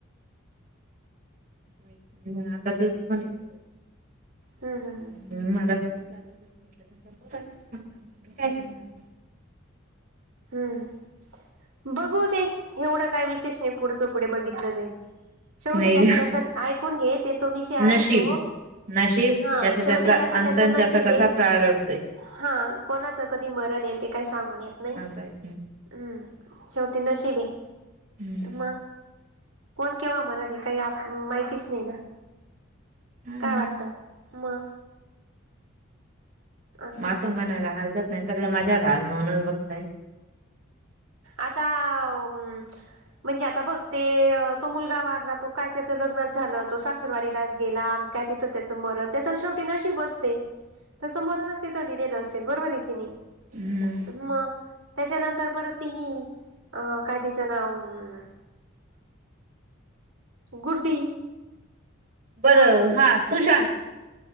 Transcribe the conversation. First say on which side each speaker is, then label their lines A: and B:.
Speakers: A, on the right (about 40°); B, on the right (about 80°).
A: मी पण आता तेच म्हणे
B: हू हू ह.
A: माझा सांगितलं असं म्हटलं, तुझ्या पोरालाच सांगणार, मी काय सांगणार?
B: हुं. बघू ते एवढं काय विशेष नाही? पुढचं पुढे बघितलं जाईल. शेवटी
A: नाही
B: ज्याच त्याच ऐकून घे, ते तो विषय आहे
A: नशीब
B: तो.
A: नशीब
B: हा
A: ज्याचं
B: शेवटी
A: त्याच,
B: ज्याच
A: अंत
B: त्याच नशीब
A: ज्याचा त्याचा,
B: आहे
A: प्रारभद्ध
B: हा कोणाचं कधी मरण येते. काही सांगून येत नाही.
A: काय ते?
B: हम्म शेवटी नशिबए
A: नाही
B: म. कोन केव्हा मरल हे काही माहितीच नाही ना,
A: हा
B: काय
A: मग
B: वाटत म असं
A: म आस म्हनायला हरकत नाही, सगळे माझ्याला हल म्हनुनच बसलय.
B: आता आ म म्हणजे आता बघ ते, तो मुलगा वारला तो काय त्याचं लग्नच झालं, तो सासरवाडीलाच गेला. काय तिथं त्याचं मरण, त्याचा शेवटी नशीबच ते. तसं मरणच तिथ दिलेलं असेल, बरोबर आहे की, नाही.
A: ह म.
B: म. त्याच्यानंतर परत ती ही अ, काय तिचं नाव अ? गुड्डी.
A: बर
B: मग
A: हा सुशांत.